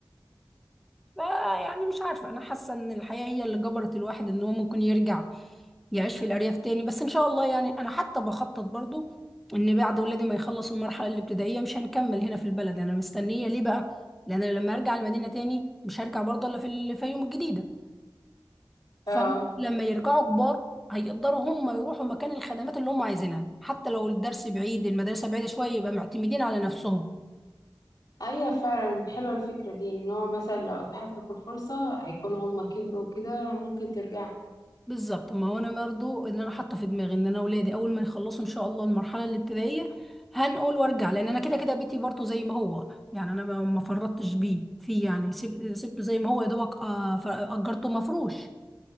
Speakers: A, in the centre; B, on the left (about 45°).
A: آه يعني مش عارفة أنا حاسة إن الحياة هي اللي جبرت الواحد إن هو ممكن يرجع يعيش في الأرياف تاني بس إن شاء الله يعني أنا حتى بخطط برضو إن بعد ولادي ما يخلصوا المرحلة الابتدائية مش هنكمل هنا في البلد أنا مستنية ليه بقى؟ لأن أنا لما أرجع المدينة تاني مش هرجع برضه إلا في الفيوم الجديدة فلما
B: اه
A: يرجعوا كبار هيقدروا هم يروحوا مكان الخدمات اللي هم عايزينها حتى لو الدرس بعيد المدرسة بعيدة شوية يبقى معتمدين على نفسهم
B: أيوة فعلا حلوة الفكرة دي إن هو مثلا لو أتاحت لك الفرصة هيكونوا هما كبروا كده ممكن ترجع
A: بالظبط ما هو انا برضو اللي انا حاطه في دماغي ان انا اولادي اول ما يخلصوا ان شاء الله المرحله الابتدائيه هنقول وارجع لان انا كده كده بيتي برضو زي ما هو يعني انا ما ما فرطتش بيه فيه يعني سيب- سبته زي ما هو يا دوبك آه، ف- اجرته مفروش